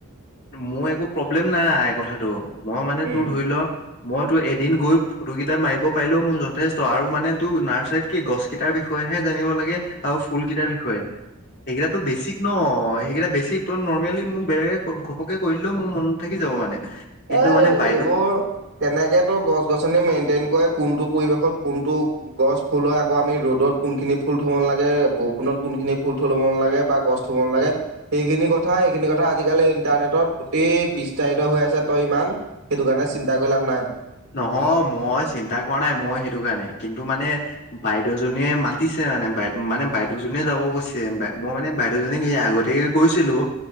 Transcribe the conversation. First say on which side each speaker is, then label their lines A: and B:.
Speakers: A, on the left; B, on the right.
A: মোৰ একো প্ৰব্লেম নাই কথাটো মই মানে
B: উম
A: তোৰ ধৰি ল, মই তোৰ এদিন গৈ ফটো কেইটা মাৰিব পাৰিলেও মোৰ যথেষ্ট আৰু মানে তোৰ নাৰ্চাৰীত, কি গছ কেইটাৰ বিষয়েহে জানিব লাগে আৰু ফুল কেইটাৰ বিষয়ে। সেইকেইটাটো বেছিক ন সেইকেইটা বেছিক ত নৰ্মেলি মোক বেলেগ, ঘ ঘপকে কৰিলেও মোৰ মনত থাকি যাব মানে। কিন্তু
B: এই
A: মানে বাইদেউ
B: এইবোৰ, কেনেকে তো গছ গছনি মেইনটেইন কৰে কোনটো পৰিৱেশত কোনটো, গছ ফুল হয় আকৌ আমি ৰ'দত কোনখিনি ফুল থ'ব নালাগে বৰষুণত কোনখিনি ফুল থ'ব নালাগে বা গছ, থব নালাগে সেইখিনি কথা সেইখিনি কথা আজিকালি ইন্টাৰনেটত গোটেই বিস্তাৰিত হৈ আছে, তই ইমান সেইটো কাৰণে চিন্তা কৰি লাভ নাই।
A: নহয় মই চিন্তা কৰা নাই মই সেইটো কাৰণে কিন্তু মানে, বাইদেউ জনীয়ে মাতিছে মানে বাই মানে বাইদেউজনীয়ে যাব গৈছে বা মই মানে বাইদেউজনীক এ আগতে, কৈছিলো।